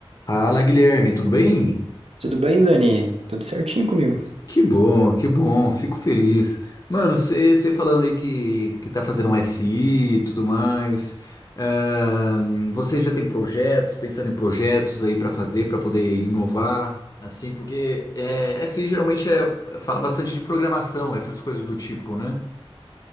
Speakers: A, on the left; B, on the right.
A: Fala, Guilherme, tudo bem?
B: Tudo bem, Dani? Tudo certinho comigo?
A: Que bom, que bom, fico feliz. Mano, você falando aí que, que tá fazendo um SI e tudo mais, ahn, você já tem projetos, pensando em projetos aí pra fazer, pra poder inovar, assim, porque é, SI geralmente é- fala bastante de programação, essas coisas do tipo, né?